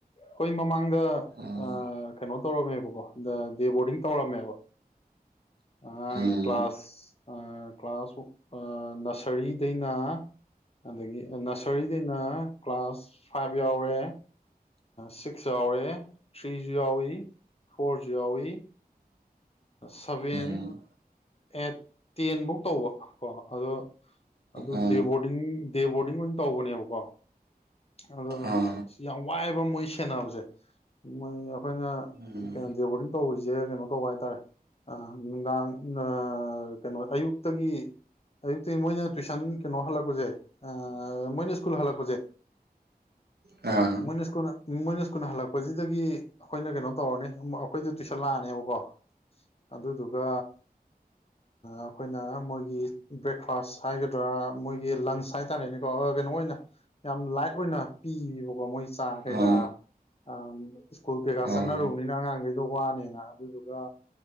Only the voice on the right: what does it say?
ꯎꯝ
ꯎꯝ
ꯎꯝ
ꯎꯝ
ꯎꯝ ꯑꯥ
ꯎꯝ
ꯑꯥ ꯎꯝ
ꯑꯥ
ꯑꯥ